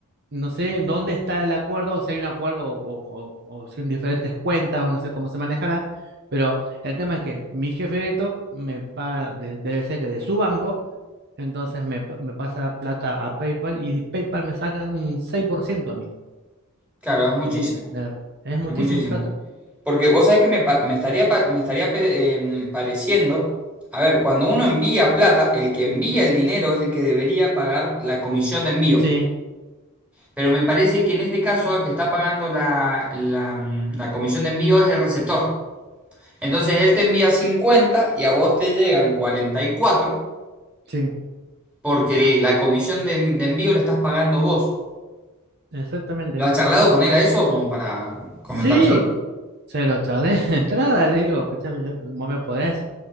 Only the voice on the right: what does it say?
no sé en dónde está el acuerdo, o si hay un acuerdo o, o, o- o si en diferentes cuentas o no sé cómo se manejará, pero el tema es que mi jefe directo me paga, de- debe ser que de su banco, entonces me, pa- me pasa plata a PayPal y PayPal me saca un 6% a mí.
De, de la- es muchísima
plata.
Sí,
sí,
exactamente,
sí,
sí.
Sí, se lo charlé <laughs> de entrada, le digo, escúchame, yo- vos me podés